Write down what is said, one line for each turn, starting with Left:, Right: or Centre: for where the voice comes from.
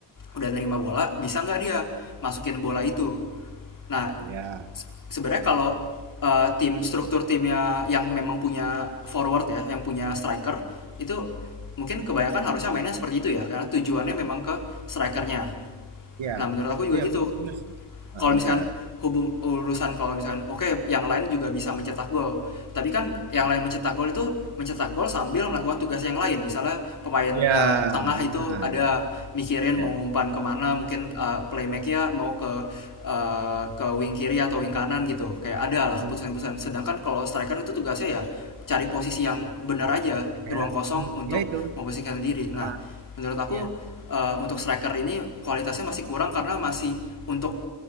Left: udah nerima bola
Right: Mhm,
Left: bisa nggak dia masukin bola itu Nah,
Right: iya
Left: sebenarnya kalau eh, tim struktur timnya yang memang punya forward ya, yang punya striker itu mungkin kebanyakan harusnya mainnya seperti itu ya karena tujuannya memang ke strikernya.
Right: iya
Left: Nah, menurut aku juga
Right: iya
Left: gitu
Right: benar bener sih, heeh,
Left: kalau misalkan
Right: benar.
Left: hubung urusan kalau misalkan oke okay, yang lain juga bisa mencetak gol tapi kan yang lain mencetak gol itu mencetak gol sambil melakukan tugas yang lain misalnya pemain
Right: Ya,
Left: eh, tengah itu
Right: heeh,
Left: ada mikirin
Right: iya,
Left: mau umpan kemana mungkin eh, playmakernya mau ke eh, ke wing kiri atau wing kanan gitu kayak ada lah keputusan-keputusan
Right: mhm,
Left: sedangkan kalau striker itu tugasnya ya cari posisi yang benar aja ruang
Right: iya,
Left: kosong
Right: mmm,
Left: untuk
Right: ya itu,
Left: memposisikan diri nah
Right: heeh,
Left: menurut aku
Right: ya,
Left: eh, untuk striker ini kualitasnya masih kurang karena masih untuk